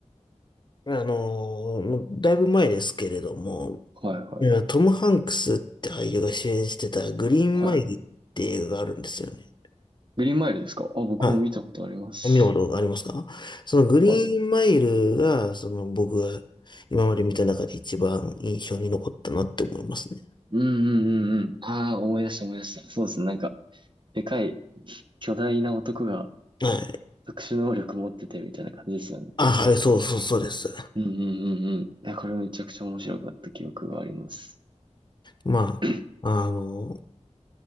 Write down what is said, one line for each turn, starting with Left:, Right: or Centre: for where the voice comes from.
Left: あの、もうだいぶ前ですけれども、
Right: い。はいは
Left: いやトム・ハンクスって俳優が主演してたグリーンマイルって映画があるんですよね。
Right: いはい。グリーンマイルですかあ、僕も見たことあります。
Left: はい。見たことありますかそのグリーンマイルが、
Right: はい
Left: その僕が今まで見た中で一番印象に残ったなって思いますね。
Right: うんうんうんうん。ああ、思い出した思い出した。そうですね。なんか、でかい、巨大な男が
Left: はい。はい
Right: 特殊能力持っててみたいな感じですよね。
Left: あ、はい、そうそう、そうです。
Right: うんうんうんうん。いや、これめちゃくちゃ面白かった記憶があります。
Left: まあ、
Right: <laughs> <clears throat>
Left: あの、